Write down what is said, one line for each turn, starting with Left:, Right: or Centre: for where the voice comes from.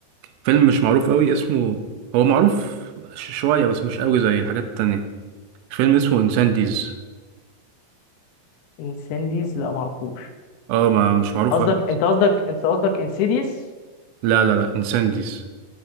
Right: فيلم مش معروف قوي اسمه هو معروف ش- شويه بس مش قوي زي الحاجات التانية فيلم اسمه انسانديز
Left: انسنديز لا معرفوش
Right: اه ما مش معروف
Left: قصدك
Right: قوي
Left: انت قصدك انت قصدك انسيديس
Right: لا لا لا انسانديز